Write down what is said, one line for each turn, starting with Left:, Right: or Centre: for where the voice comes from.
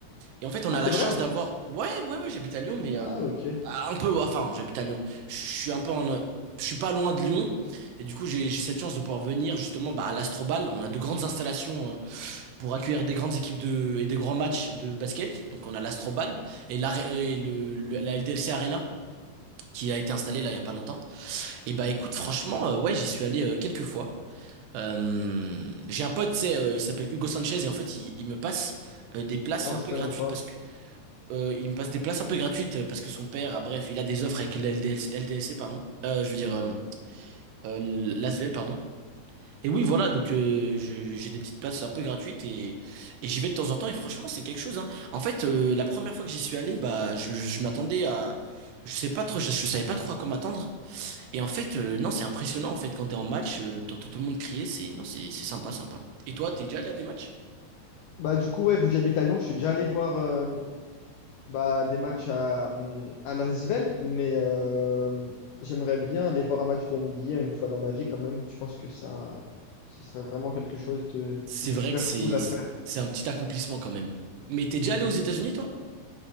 Right: Et en fait, on
Left: Ah,
Right: a
Left: c'est
Right: la
Left: vrai?
Right: chance d'avoir. Ouais, ouais, ouais, j'habite à Lyon, mais euh,
Left: Ah, ok.
Right: un peu. Enfin, j'habite à Lyon. Je je suis un peu en. euh, Je suis pas loin de Lyon. Et du coup, j'ai j'ai cette chance de pouvoir venir justement bah, à l'Astrobal. On a de grandes installations euh, pour accueillir des grandes équipes de, et des grands matchs de basket. Donc, on a l'Astrobal et, la, et le, le- la LDLC Arena qui a été installée là il y a pas longtemps. Et bah, écoute, franchement, euh, ouais, j'y suis allé euh, quelques fois. Euh, j'ai un pote, tu sais, euh, il s'appelle Hugo Sanchez et en fait, il, il me passe euh, des places
Left: Non,
Right: un
Left: je
Right: peu
Left: connais
Right: gratuites
Left: pas.
Right: parce que euh, il me passe des places un peu gratuites euh, parce que son père, ah, bref, il a des offres avec l'LDS, LDLC, pardon. Euh, je veux dire, euh, euh, l'Asvel, pardon. Et oui, voilà, donc euh, je- j'ai des petites places un peu gratuites et, et j'y vais de temps en temps et franchement, c'est quelque chose, hein. En fait, euh, la première fois que j'y suis allé, bah, je, je m'attendais à. Je sais pas trop, je, je savais pas trop à quoi m'attendre. Et en fait, euh, non, c'est impressionnant, en fait, quand t'es en match, euh, t'entends tout le monde crier, c'est. Non, c'est c'est sympa, sympa. Et toi, t'es déjà allé à des matchs?
Left: Bah, du coup, ouais, vu que j'habite à Lyon, je suis déjà allé voir. euh, Bah, des matchs à, à Lasvel, mais euh, j'aimerais bien aller voir un match de NBA une fois dans ma vie quand même. Je pense que ça, ce serait vraiment quelque chose de,
Right: C'est
Left: de super
Right: vrai que c'est
Left: cool à faire.
Right: c'est un petit accomplissement quand même. Mais t'es déjà
Left: Mhm.
Right: allé aux États-Unis, toi?